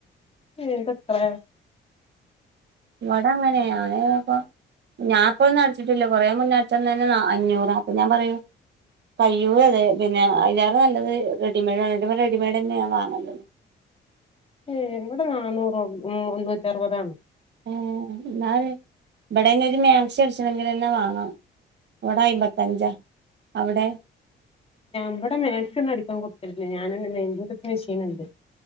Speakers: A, on the left; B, on the right.
A: ഏഹ് എന്തത്രേ.
B: ഇവടെ അങ്ങനെ ഞാന് ഇപ്പൊ. ഞാൻപ്പഴൊന്നും അടിച്ചിട്ടില്ല കൊറേ മുന്ന അടച്ചന്നന്നെ അഞ്ഞൂറാ അപ്പൊ ഞാൻ പറയും കയ്യൂലത് പിന്നെ അതിലേറെ നല്ലത് റെഡിമേടാണ് ഇന്നിട്ട്പ റെഡിമെയ്ഡ്ന്നെ ഞാൻ വാങ്ങല്.
A: ഏഹ് ഇവിടെ നാന്നൂറള്ളു മുന്നൂറ്റി അറുപതാണ്.
B: ഉം ഇന്നാല് ഇവിടെ അയ്ന് ഒരു മാക്സി അടിച്ചണങ്കിലന്നെ വാണം. ഇവിടെ അയ്മ്പത്തഞ്ചാ അവിടെ.
A: ഇവിടെ മാക്സി ഒന്നും അടിക്കാൻ കൊടുക്കലില്ല ഞാനാണ് മെയിൻ മെഷൃനുണ്ട്.